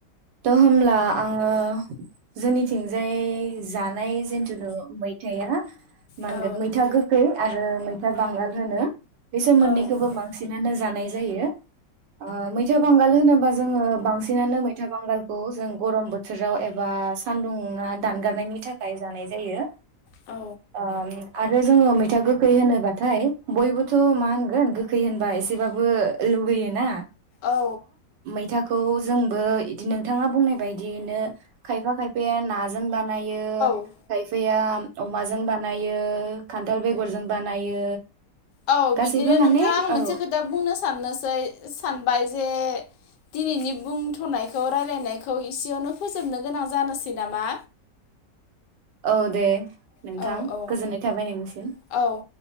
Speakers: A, on the right; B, on the left.
A: दा होमब्ला आंङो जोंनिथिंजाय जानाय जेन्थुनु मैथाया मा
B: औ
A: होनगोन मैथा गोखै ओ मैथा बांगाल होनो। बेसोर मोननैखौबो
B: औ
A: बांसिनानो जानाय जायो ओ मैथा बांगाल होनोब्ला जोंङो बांसिनानो मैथा बांगालखौ जों गरम बोथोराव एबा सानदुङा दानगारनायनि थाखाय जानाय जायो।
B: औ
A: ओ आरो जोङो मैथा गोखै होनोबाथाय बयबोथ मा होनगोन गोखै होनबा एसेबाबो लुगैयो ना।
B: औ।
A: मैथाखौ जोंबो नोंथाङा बुंनाय बायदिनो खायफा खायफाया नाजों बा नायो
B: औ
A: खायफाया अमाजों बानायो, खान्थाल बेगरजों बानायो
B: औ
A: गासैबो
B: बिदिनो
A: माने
B: नोंथाङा आं मोनसे
A: औ
B: खोथा बुंनो साननोसै सानबाय जे दिनैनि बुंथनायखौ रायलायनायखौ इसेयावनो फोजोबनो गोनां जानोसै नामा।
A: औ दे नोंथां
B: औ औ
A: गोजोननाय थाबाय नोंनिसिम।
B: औ